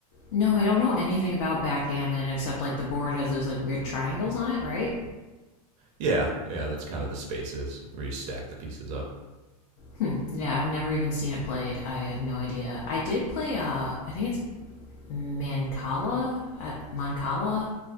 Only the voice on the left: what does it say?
No, I don't know anything about backgammon except like the board has those like weird triangles on it, right?
Hmm. Yeah, I've never even seen it played. I have no idea. I did play. Uh, I think it's Mancala. Uh, Mancala.